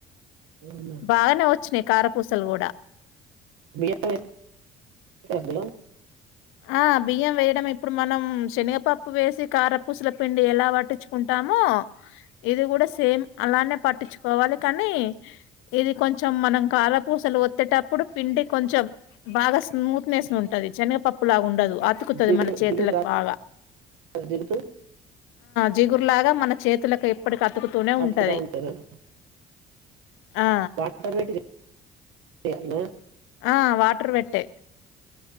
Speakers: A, on the right; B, on the left.
A: అవునా
B: బాగానేవ వచ్చు స్ని కారపూసలు కూడ
A: <unintelligible>
B: ఆ బియ్యం వేయడం ఇప్పుడు మనం శనగపప్పు వేసి కారపూసల పిండి ఎలా పట్టించుకుంటామో, ఇది కూడా సేమ్ అలానే పట్టించుకోవాలి కానీ, ఇది కొంచెం మనం కారపూసలు ఒత్తేటప్పుడు పిండి కొంచెం బాగా స్మూత్నెస్ ఉంటుంది శనగపప్పు లా ఉండదు తుకుతుంది
A: జిగురు
B: మన చేతులకు
A: జిగురు రా
B: బాగా
A: జిగురు
B: జిగుర్లాగా మన చేతులకు ఎప్పటికి
A: <unintelligible>
B: అతుకుతూనే ఉంటది. ఆ! ఆ వాటర్ పెట్టే